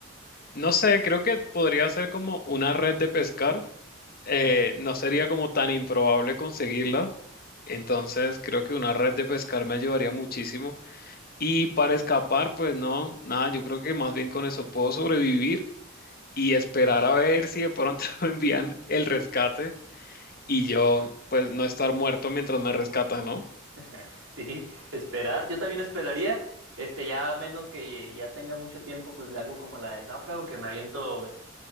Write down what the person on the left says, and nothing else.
no sé, creo que podría ser como una red de pescar. Eh,
no sería como tan improbable conseguirla. Entonces, creo que una red de pescar me ayudaría muchísimo. Y para escapar, pues no, nada, yo creo que más bien con eso puedo sobrevivir y esperar a ver si de pronto <laughs> me envían el rescate. y yo, pues, no estar muerto mientras me rescatan, ¿no?